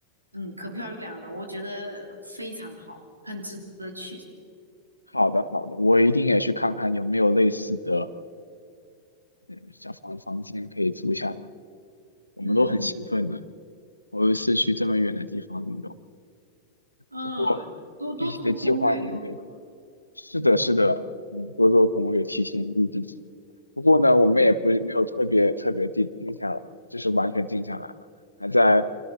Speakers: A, on the right; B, on the left.
A: 嗯，可漂亮了，我觉得非常好，很值得去。
B: 好的，好的，我一定也去看看有没有类似的呃小房房间可以租下来。我们都很兴奋呢，
A: 嗯嗯
B: 头一次去这么远的地方旅游。
A: 嗯，
B: 不过具体的计划也没
A: 嗯，多多做攻略，多做，
B: 是的，
A: 嗯
B: 是的，嗯多做攻略，提前预定。不过呢，我们也不没有特别特别定定下来，
A: 嗯
B: 就是完全定下来了，还在